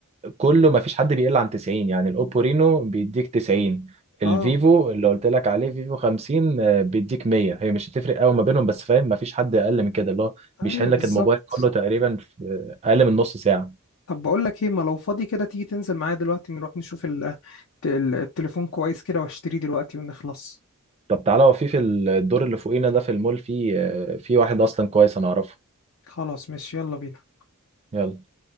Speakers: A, on the right (about 30°); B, on the left (about 70°).
A: كله ما فيش حد بيقل عن 90 يعني الاوبو رينو بيديك 90 الفيفو
B: اه
A: اللي قلت لك عليه فيفو 50 آه، بيديك 100 هي مش هتفرق قوي ما بينهم بس فاهم ما فيش حد اقل من كده اللي هو
B: ايوه
A: بيشحن لك
B: بالظبط
A: الموبايل كله تقريبا في اقل من نص ساعه
B: طب بقول لك ايه ما لو فاضي كده تيجي تنزل معايا دلوقتي نروح نشوف ال- الت- التليفون كويس كده واشتريه دلوقتي ونخلص
A: طب تعالى هو في في الدور اللي فوقينا ده في المول في آه، في واحد اصلا كويس انا اعرفه
B: خلاص ماشي يلا بينا
A: يلا